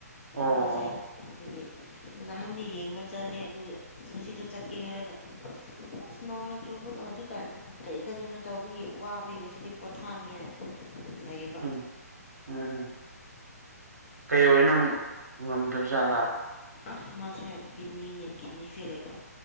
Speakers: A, on the right (about 70°); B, on the left (about 45°).
A: ꯑꯣ
B: ꯃꯥꯁꯦ
A: ꯑꯣ
B: ꯑꯗꯨꯒꯤ ꯑꯗꯨ ꯅꯍꯥꯟꯗꯤ ꯌꯦꯡꯕ ꯆꯠꯂꯦ ꯑꯗꯨ ꯑ ꯉꯁꯤꯗꯣ ꯆꯠꯀꯦ ꯍꯥꯏꯔꯒ ꯁꯅꯥꯅ ꯆꯣꯕꯖꯤ ꯀꯔꯤ ꯀꯔꯤꯅꯣ ꯇꯧꯕꯒꯤ ꯋꯥꯕ ꯉꯁꯤꯗꯤ ꯄꯣꯊꯥꯒꯦꯅ ꯂꯩꯕ
A: ꯎꯝ ꯎꯝ ꯎꯝ ꯀꯩ ꯅꯪ ꯉꯝꯗꯕ ꯖꯥꯠꯂꯥ
B: ꯑꯁ ꯃꯥꯁꯦ ꯀ ꯀꯤꯡꯗꯝꯅꯤꯅꯦ ꯀ ꯀꯤꯡꯗꯝꯅꯤ ꯐꯦꯦꯜꯦꯕ